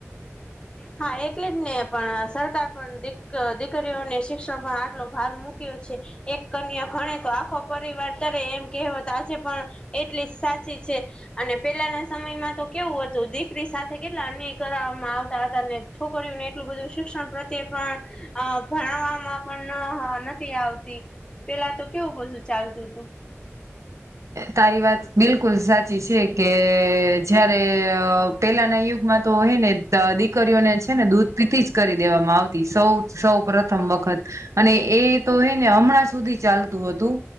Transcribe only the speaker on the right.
તારી વાત બિલકુલ સાચી છે કે જયારે અ પેલાના યુગમાં તો હે ને દીકરીઓને છે ને દૂધ પીતી જ કરી દેવામાં આવતી સૌ સૌ પ્રથમ વખત અને એ તો હે ને હમણાં સુધી ચાલતું હતું.